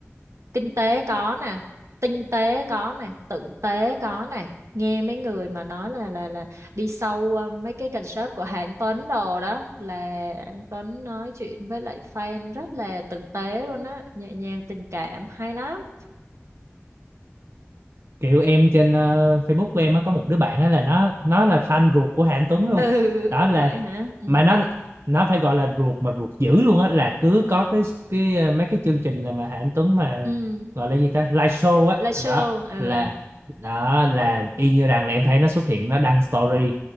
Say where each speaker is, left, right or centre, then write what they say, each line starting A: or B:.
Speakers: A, on the right; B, on the right.
A: kinh tế có nè tinh tế có nè tử tế có nè nghe mấy người mà nói là là là đi sâu ờ, mấy cái concert của Hà Anh Tuấn đồ đó là anh Tuấn nói chuyện với lại fan rất là tử tế luôn á nhẹ nhàng tình cảm hay lắm
B: kiểu em trên ờ, Facebook của em á, có một đứa bạn á là nó nó là fan ruột của Hà Anh Tuấn luôn.
A: ừ <laughs>
B: Đó là
A: vậy hả ừ
B: mà nó nó phải gọi là ruột mà ruột dữ luôn á là cứ có cái cái ờ, mấy cái chương trình mà Hà Anh Tuấn mà
A: ừ
B: gọi là gì ta live show á
A: live show
B: đó
A: ừ
B: là đó là y như rằng là em thấy nó xuất hiện nó đăng story